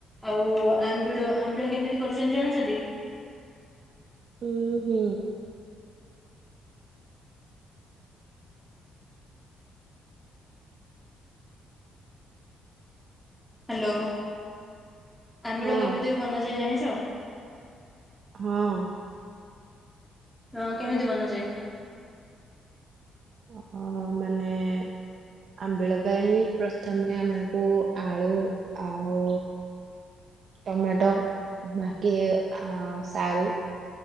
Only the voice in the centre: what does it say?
ଆଉ ଆମ୍ବିଳ ଆମ୍ବିଳ କେମିତି କରିଛନ୍ତି ଜାଣିଛନ୍ତି?
ହ୍ୟାଲୋ ଆମ୍ବିଳ
କେମିତି ବନାଯାଏ ଜାଣିଛ?
ହଁ କେମିତି ବନାଯାଏ।